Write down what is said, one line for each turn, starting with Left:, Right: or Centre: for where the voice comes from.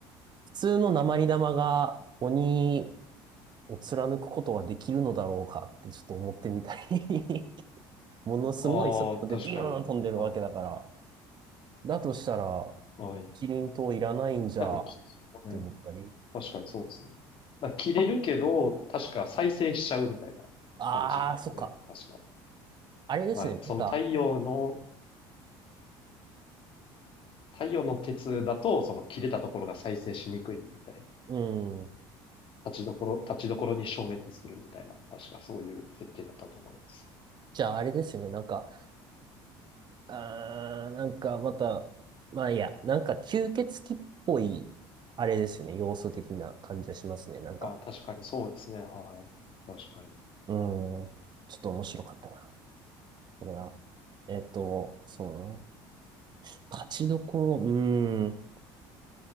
Right: 普通の鉛玉が鬼を貫くことはできるのだろうかってちょっと思ってみたり <laughs> ものすごい速度でビューン飛んでるわけだから。
Left: ああ、確かに。はい。
Right: だとしたら、
Left: はい。
Right: キリン島いらないんじゃっ
Left: なんか、き、ね、
Right: て思ったり。
Left: 確かにそうですね。なんか切れるけど、確か再生しちゃうみたいな感じなんですね。
Right: ああ、そっか。
Left: 確か。
Right: あれですね。
Left: はい。その太陽の、
Right: なんか、
Left: 太陽の鉄だと、その切れたところが再生しにくいみたいな。
Right: うん。
Left: 立ちどころ、立ちどころに消滅するみたいな。確かそういう設定だったと思います。
Right: じゃああれですよね。なんか、あー、なんかまた、まあいいや、なんか吸血鬼っぽい、あれですよね。要素的な感じがしますね。なんか、
Left: あ、確かにそうですね。はい。確かに。
Right: うん。ちょっと面白かったな。だから、えっと、そうだな。勝ちどころ、うーん。